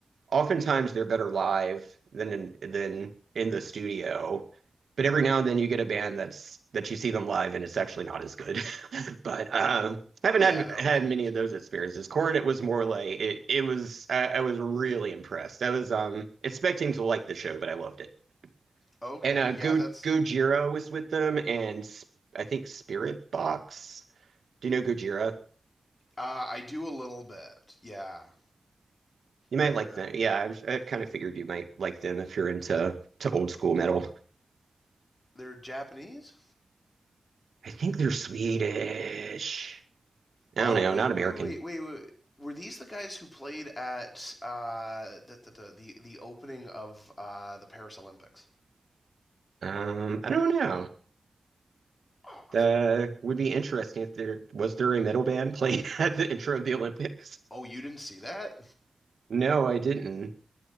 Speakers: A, on the right; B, on the left.
A: oftentimes they're better live than in, than in the studio. But every now and then you get a band that's that you see them live and it's actually not as good. <laughs> But um, I haven't
B: Yeah,
A: had
B: that always
A: had
B: hurts.
A: many of those experiences. Corn, it was more like it. It was I, I was really impressed. I was um expecting to like the show, but I loved it.
B: Okay,
A: And uh,
B: yeah,
A: Go
B: that's
A: Gojira was with them, and S- I think Spirit Box. Do you know Gojira?
B: uh, I do a little bit. Yeah,
A: You might
B: they're
A: like them. Yeah, I, was- I kind of figured you might like them if you're into to old school metal.
B: they're Japanese.
A: I think they're Swedish. I
B: Oh
A: don't know,
B: wait
A: not
B: wait
A: American.
B: wait wait wait. Were these the guys who played at uh, the, the, the the opening of uh, the Paris Olympics?
A: Um, I don't know.
B: Oh,
A: That would be interesting if there was there a metal band playing <laughs> at the intro of the Olympics.
B: oh, you didn't see that?
A: No, I didn't.